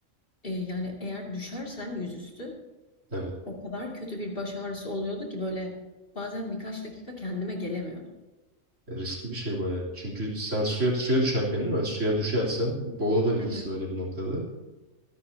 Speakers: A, on the left; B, on the right.
A: e, yani eğer düşersen yüzüstü
B: Evet.
A: o kadar kötü bir baş ağrısı oluyordu ki böyle bazen birkaç dakika kendime gelemiyordum.
B: E, riskli bir şey bayağı. Çünkü sen suya suya düşerken değil mi? Suya düşersen boğulabilirsin
A: Hı hı.
B: öyle bir noktada.